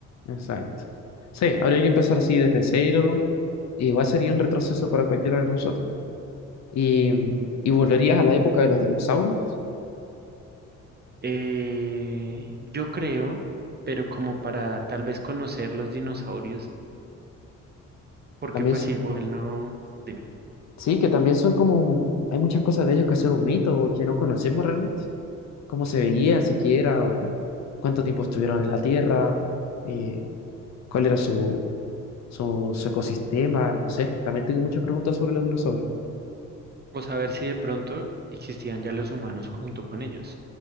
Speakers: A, on the left; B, on the right.
A: Exacto. Sí, habría que empezar así desde cero. Igual sería un retroceso para cualquiera de nosotros. Y, y volverías a la época de los dinosaurios.
B: Eh, yo creo, pero como para tal vez conocer los dinosaurios, porque
A: También,
B: pues
A: s-
B: igual no, dime,
A: sí, que también son como, un- hay muchas cosas de ellos que son un mito o que no conocemos realmente. cómo se veían siquiera, o cuánto tiempo estuvieron en la Tierra, eh, cuál era su, su, su ecosistema, no sé. También tengo muchas preguntas sobre los dinosaurios.
B: o saber si de pronto existían ya los humanos junto con ellos.